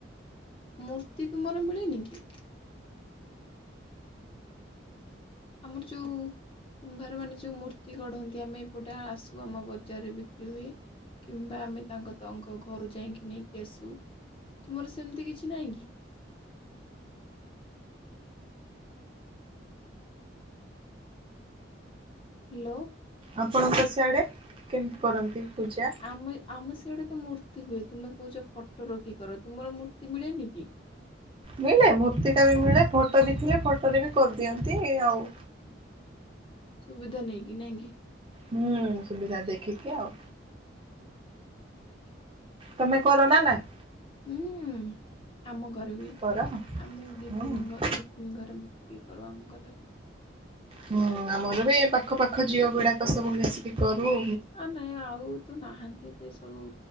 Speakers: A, on the left (about 30°); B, on the right (about 30°).
A: ମୂର୍ତ୍ତି ତୁମର ମିଳେନି କି? ଆମର ଯୋଉ କୁମ୍ଭାର ମାନେ ଯୋଉ ମୂର୍ତ୍ତି ଗଢନ୍ତି ଆମେ ଏପଟେ ଆସୁ ଆମ ବଜାରରେ ବିକ୍ରି ହୁଏ। କିମ୍ବା ଆମେ ତାଙ୍କ ତଙ୍କ ଘରୁ ଯାଇକି ନେଇକି ଆସୁ ତୁମର ସେମିତି କିଛି ନାହିଁ କି? ହାଲୋ।
B: ଆପଣଙ୍କ ସିଆଡ଼େ କେମିତି କରନ୍ତି ପୂଜା?
A: ଆମେ ଆମ ସିଆଡେ ତ ମୂର୍ତ୍ତି ହୁଏ। ତୁମେ କହୁଛ ଫଟୋ ରଖିକି କର ତୁମର ମୂର୍ତ୍ତି ମିଳେନି କି?
B: ମିଳେ ମୂର୍ତ୍ତି ଟା ବି ମିଳେ ଫଟୋ ବି ଥିଲେ ଫଟୋ ରେ ବି କରିଦିଅନ୍ତି ଆଉ।
A: ସୁବିଧା ନେଇକି ନା କି?
B: ହୁଁ ସୁବିଧା ଦେଖିକି ଆଉ। ତମେ କର ନା ନାଇଁ।
A: ହୁଁ ଆମ ଘରେ ବି
B: କର ହଁ
A: ଆମେ ଦିଇ
B: ହୁଁ
A: ତିନି ଦି ଘରେ ମିଶିକି କରୁ ଆମ ଘରେ।
B: ହୁଁ ଆମର ବି ପାଖ ପାଖ ଝିଅ ଗୁଡାକ ସବୁ ମିଶିକି କରୁ।
A: ଆ ନାଇଁ ଆଉ ତ ନାହାନ୍ତି ସେ ସବୁ